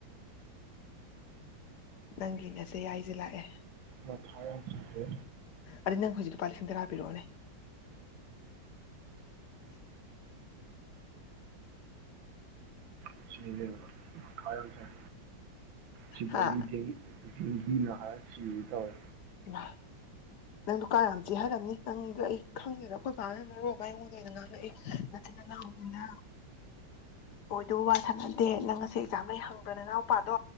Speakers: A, on the left; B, on the right.
A: ꯅꯪꯒꯤ ꯅꯆꯦ ꯌꯥꯏꯁꯦ ꯂꯥꯛꯑꯦ
B: ꯃꯊꯥ ꯌꯥꯝ ꯁꯥꯏꯌꯦ
A: ꯑꯗꯨ ꯅꯪ ꯍꯧꯖꯤꯛ ꯂꯨꯄꯥ ꯂꯤꯁꯤꯡ ꯇꯔꯥ ꯄꯤꯔꯛꯑꯣꯅꯦ
B: ꯏꯆꯦ ꯏꯕꯦꯝꯃꯥ ꯃꯈꯥ ꯌꯥꯝ ꯁꯥꯏ ꯁꯤꯗꯒꯤ
A: ꯍꯥ
B: ꯗꯦꯟꯒꯤ ꯗꯦꯟꯒꯤ ꯅꯔꯒ ꯁꯤꯒꯦ ꯇꯧꯋꯦ
A: ꯏꯃꯥ ꯅꯪꯗꯨ ꯀꯥ ꯌꯥꯝ ꯆꯤꯍꯔꯝꯅꯤ ꯅꯪꯗꯣ ꯑꯩ ꯈꯪꯗꯦꯗ ꯑꯩꯈꯣꯏ ꯕꯥꯅ ꯃꯔꯣꯃ ꯑꯩꯉꯣꯟꯗ ꯑꯣꯏꯅ ꯉꯥꯡꯉꯛꯏ ꯅꯆꯤꯟ ꯅꯅꯥꯎꯅꯤꯅ ꯑꯣꯏꯗꯨꯕ ꯋꯥ ꯁꯥꯟꯅꯗꯦ ꯅꯪ ꯉꯁꯤ ꯑꯦꯛꯖꯥꯝ ꯂꯩ ꯍꯪꯕ꯭ꯔꯥ ꯅꯅꯥꯎꯄꯥꯗꯣ